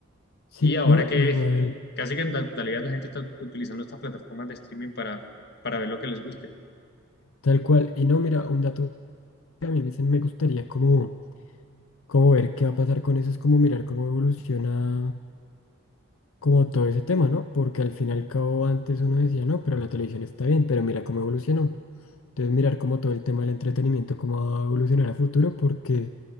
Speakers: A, on the left; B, on the left.
A: Sí,
B: Y ahora
A: no,
B: que
A: igual,
B: en- casi que en la totalidad la gente está utilizando estas plataformas de streaming para, para ver lo que les guste.
A: tal cual. Y no, mira, un dato que a mí me, se- me gustaría como, como ver qué va a pasar con eso es como mirar cómo evoluciona. como todo ese tema, ¿no? Porque al fin y al cabo antes uno decía, no, pero la televisión está bien, pero mira cómo evolucionó. Entonces mirar como todo el tema del entretenimiento, cómo va a evolucionar a futuro, porque